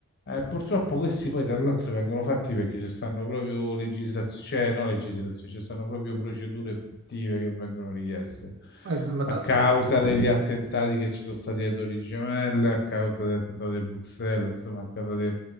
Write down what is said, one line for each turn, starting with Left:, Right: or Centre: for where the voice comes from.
Left: Eh, purtroppo questi poi tra l'altro vengono fatti perché ci stanno proprio legislazioni, cioè no legislazioni, ci stanno proprio procedure effettive che vengono richieste
Right: Eh, ma d'altronde
Left: a causa degli attentati che ci sono stati alle Torri Gemelle, a causa dell'attentato di Bruxelles, insomma a causa de-